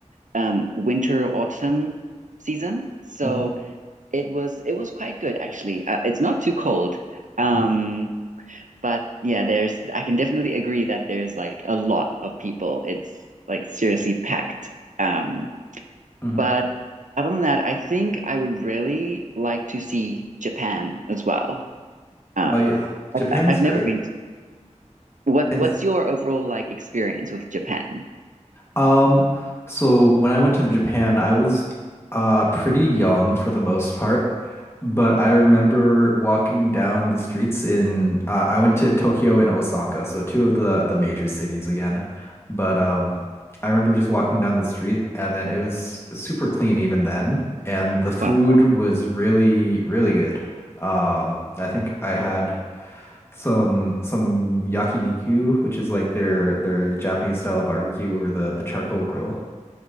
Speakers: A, on the right (about 85°); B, on the left (about 20°).
A: um winter autumn season. So
B: hmm
A: it was it was quite good actually. Uh, it's not too cold. Um
B: hmm
A: but yeah, there's, I can definitely agree that there's like a lot of people. It's like seriously packed. Um,
B: hmm
A: but other than that, I think I would really like to see Japan as well. Um,
B: Oh yeah, Japan's
A: I, I've
B: great.
A: never been to- what,
B: Japan's
A: what's your overall like experience with Japan?
B: Um, so when I went to Japan, I was uh pretty young for the most part, but I remember walking down the streets in uh, I went to Tokyo and Osaka, so two of the the major cities again. But um I remember just walking down the street and then it was super clean even then, and the food
A: Wow.
B: was really, really good. Um, I think I had some some yakiniku, which is like their their Japanese style barbecue over the the charcoal grill.